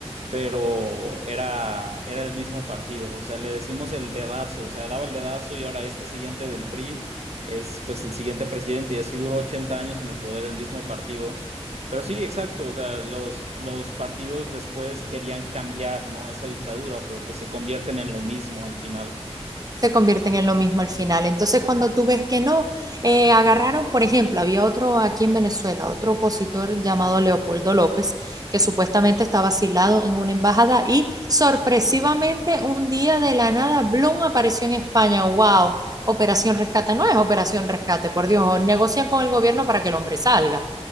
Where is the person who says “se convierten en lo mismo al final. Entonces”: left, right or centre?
Right